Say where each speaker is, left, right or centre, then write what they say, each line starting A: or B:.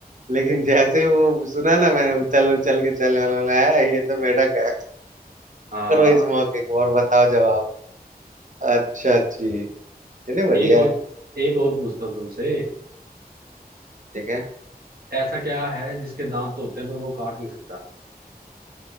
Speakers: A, on the right; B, on the right.
A: लेकिन जैसे ही वो सुना ना मैंने उछल उछल के चलने वाला बोला है ये तो मेढक है
B: हाँ
A: करो इस मौके को और बताओ जवाब अच्छा जी चलिए बढ़िया
B: एक और
A: है
B: एक और पूछता हूँ तुमसे
A: ठीक है
B: ऐसा क्या है जिसके दांत होते हैं पर वो काट नहीं सकता